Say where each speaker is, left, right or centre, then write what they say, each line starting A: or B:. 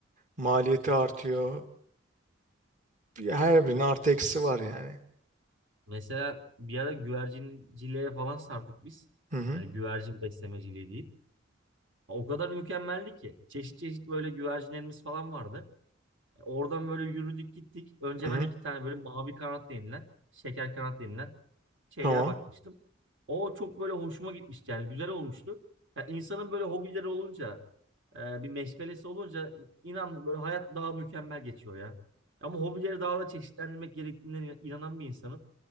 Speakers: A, on the right (about 40°); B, on the right (about 70°).
A: maliyeti artıyor. Her birinin artı eksi var yani.
B: Mesela bir ara güvercinciliğe falan sardık biz.
A: Hı hı.
B: Yani güvercin beslemeciliği değil. O kadar mükemmeldi ki. Çeşit çeşit böyle güvercinlerimiz falan vardı. E, Oradan böyle yürüdük gittik. Önce
A: Hı hı.
B: ben iki tane böyle mavi kanat denilen, şeker kanat denilen şeylere
A: Tamam.
B: bakmıştım. O çok böyle hoşuma gitmişti yani güzel olmuştu. Ya insanın böyle hobileri olunca, e, bir meşgalesi olunca inan böyle hayat daha mükemmel geçiyor ya. Ama hobileri daha da çeşitlendirmek gerektiğine inan- inanan bir insanım.